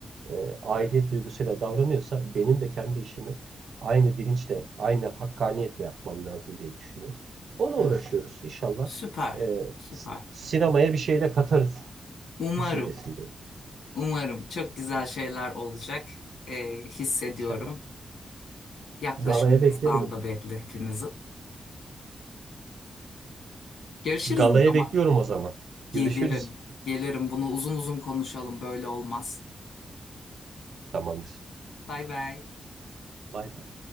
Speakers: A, on the right; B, on the left.
A: e, aidiyet duygusuyla davranıyorsa benim de kendi işimi aynı bilinçle, aynı hakkaniyetle yapmam lazım diye düşünüyorum. Ona uğraşıyoruz.
B: Evet.
A: İnşallah
B: Süper.
A: e,
B: Süper.
A: sinemaya bir şey de katarız
B: Umarım,
A: düşüncesindeyim.
B: umarım çok güzel şeyler olacak e, hissediyorum.
A: İnşallah.
B: Yaklaşımınızdan
A: Galaya beklerim o zaman.
B: da belli hepinizin. Görüşürüz
A: Galaya
B: o zaman.
A: bekliyorum o zaman.
B: Gelirim.
A: Görüşürüz.
B: Gelirim. Bunu uzun uzun konuşalım. Böyle olmaz.
A: Tamamdır.
B: Bay bay.
A: Bay bay.